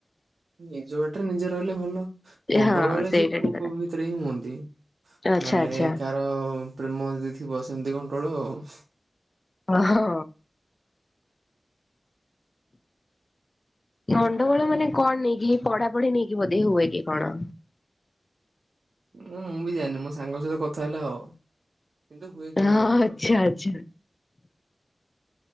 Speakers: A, on the right; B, on the left.
A: ନିଜ ବାଟରେ ନିଜେ ରହିଲେ ଭଲ ଗଣ୍ଡଗୋଳ
B: ହଁ
A: ହେଲେ
B: ସେଇଟା
A: ସେ କୁ
B: ଠିକ କଥା
A: ସେଥିରେ ହିଁ ହୁଅନ୍ତି
B: ଆଚ୍ଛା
A: ନହେଲେ
B: ଆଚ୍ଛା
A: କାର ଅ ପ୍ରେମ ଯଦି ଥିବ ସେମିତି ଗଣ୍ଡଗୋଳ ଆଉ
B: ହଁ ହଁ। ଗଣ୍ଡଗୋଳ ମାନେ କଣ ନେଇକି ପଢାପଢି ନେଇକି ବୋଧେ ହୁଏ କି କଣ?
A: ମୁଁ ବି ଜାଣିନି ମୋ ସାଙ୍ଗ ସହିତ କଥା ହେଲେ ହବ କିନ୍ତୁ ହୁଏ କିନ୍ତୁ
B: ହଁ
A: ଗଣ୍ଡଗୋଳ।
B: ଆଚ୍ଛା ଆଚ୍ଛା।